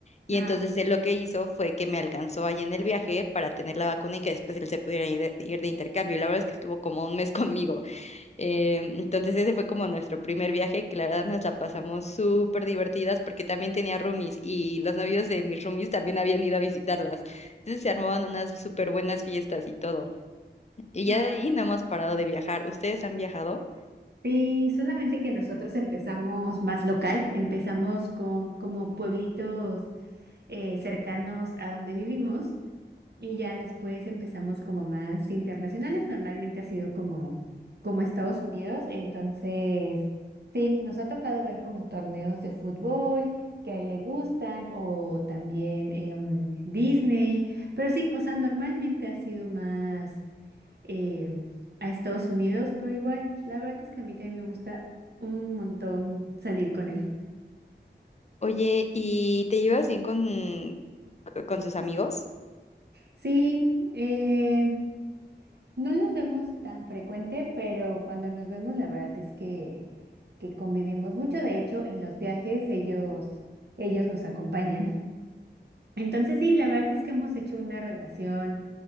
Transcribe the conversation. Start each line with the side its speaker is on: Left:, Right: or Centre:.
Left: Y
Right: ajá,
Left: entonces él lo que hizo fue que me alcanzó allá en el viaje para tener la vacuna y que después él se pudiera ir de, ir de intercambio. Y la verdad es que estuvo como un mes <laughs> conmigo. Eh, entonces ese fue como nuestro primer viaje, que la verdad nos la pasamos súper divertidas porque también tenía roomies y los novios de mis roomies también habían ido a visitarlas. Entonces se armaban unas súper buenas fiestas y todo. Y
Right: ajá.
Left: ya de ahí no hemos parado de viajar. ¿Ustedes han viajado?
Right: Sí, solamente que nosotros empezamos más local, empezamos con como pueblitos eh, cercanos a donde vivimos. Y ya después empezamos como más internacionales. Normalmente ha sido como, como Estados Unidos. Entonces, sí, nos ha tocado ver como torneos de fútbol que a él le gustan o también em, Disney. Pero sí, o sea, normalmente ha sido más em, a Estados Unidos, pero igual, la verdad es que a mí también me gusta un montón salir con él.
Left: Oye, ¿y te llevas bien con, con sus amigos?
Right: Sí, eh, no los vemos tan frecuente, pero cuando nos vemos, la verdad es que... que convivimos mucho. De hecho, en los viajes ellos, ellos nos acompañan. Entonces, sí, la verdad es que hemos hecho una relación